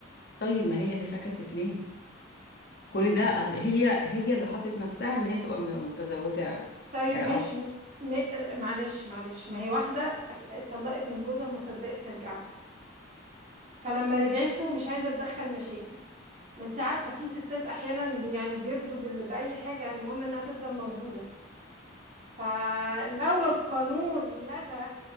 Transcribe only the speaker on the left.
طيب ما هي اللي سكتت ليه كل ده آه، هي هي اللي حطت نفسها إن هي تبقى م- متزوجة
آه،
عقد